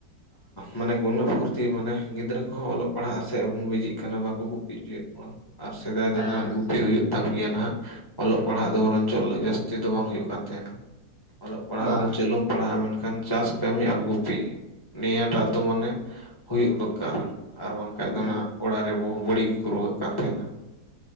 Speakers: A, on the left; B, on the right.
A: ᱢᱟᱱᱮ ᱩᱱᱟᱹᱜ ᱯᱷᱩᱨᱛᱤ ᱢᱟᱱᱮ ᱜᱤᱫᱽᱨᱟᱹ ᱠᱚᱦᱚᱸ ᱚᱞᱚᱜ ᱯᱟᱲᱦᱟᱜᱼᱟ ᱥᱮᱫ ᱵᱤᱡᱤᱜ ᱠᱟᱱᱟ ᱵᱟᱠᱚ ᱜᱩᱯᱤ ᱚᱪᱚᱭᱮᱫ ᱠᱚᱣᱟ᱾ ᱟᱨ ᱥᱮᱫᱟᱭ
B: ᱦᱮᱸ
A: ᱫᱚ ᱱᱟᱦᱟᱸᱜ ᱜᱩᱯᱤ ᱦᱩᱭᱩᱜ ᱛᱟᱢ ᱜᱮᱭᱟ ᱱᱟᱦᱟᱸᱜ᱾ ᱚᱞᱚᱜ ᱯᱟᱲᱦᱟᱜ ᱫᱚ ᱵᱚᱨᱚᱱ ᱪᱚ ᱡᱟᱹᱥᱛᱤ ᱫᱚ ᱵᱟᱝ ᱦᱩᱭᱩᱜ ᱠᱟᱱ ᱛᱟᱦᱮᱸᱱᱟ, ᱚᱞᱚᱜ ᱯᱟᱲᱦᱟᱜ
B: ᱵᱟᱝᱟ
A: ᱵᱚᱨᱚᱱ ᱪᱟᱹᱞᱩᱢ ᱯᱟᱲᱦᱟᱜ ᱢᱮᱱᱠᱷᱟᱱ ᱪᱟᱥ ᱠᱟᱹᱢᱤ ᱟᱨ ᱜᱩᱯᱤ ᱱᱤᱭᱟᱹᱴᱟᱜ ᱫᱚ ᱢᱟᱱᱮ ᱦᱩᱭᱩᱜ ᱫᱚᱨᱠᱟᱨ᱾ ᱟᱨ ᱵᱟᱝᱠᱷᱟᱡ
B: ᱦᱩᱸ
A: ᱫᱚ ᱱᱟᱦᱟᱸᱜ ᱚᱲᱟᱜ ᱨᱮ ᱵᱚᱦᱩ ᱵᱟᱹᱲᱤᱡ ᱜᱮᱠᱚ ᱨᱩᱣᱟᱹᱜ ᱠᱟᱱ ᱛᱟᱦᱮᱸᱱᱟ᱾